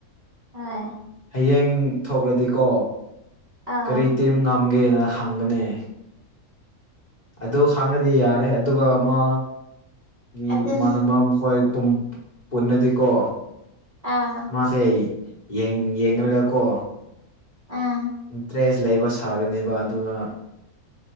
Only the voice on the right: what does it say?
INAUDIBLE
ꯑꯥ
ꯑꯗꯨꯅꯤ
ꯑꯥ
ꯎꯪ